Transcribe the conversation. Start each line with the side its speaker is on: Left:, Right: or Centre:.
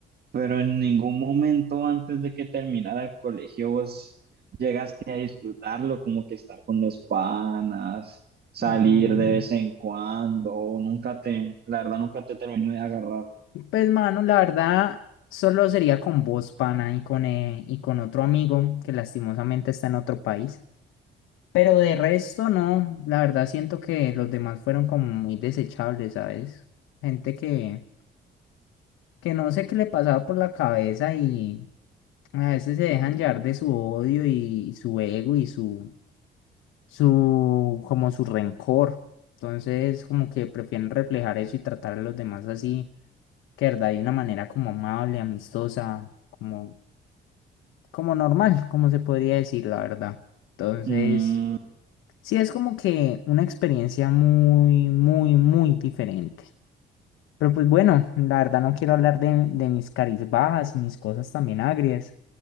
Right: Pero en ningún momento antes de que terminara el colegio vos llegaste a disfrutarlo, como que estar con los panas, salir
Left: Mm,
Right: de vez en cuando, o nunca te, la verdad nunca te terminó de agarrar.
Left: Pues, mano, la verdad, solo sería con vos, pana, y con, eh, y con otro amigo que lastimosamente está en otro país. Pero de resto, no. La verdad, siento que los demás fueron como muy desechables, ¿sabes? Gente que, que no sé qué le pasaba por la cabeza y a veces se dejan llevar de su odio y, su ego y su, su, como su rencor. Entonces, como que prefieren reflejar eso y tratar a los demás así que verdad de una manera como amable, amistosa, como, como normal, como se podría decir, la verdad. Entonces,
Right: Mm,
Left: sí es como que una experiencia muy, muy, muy diferente. Pero pues bueno, la verdad no quiero hablar de, de mis caries bajas y mis cosas también agrias.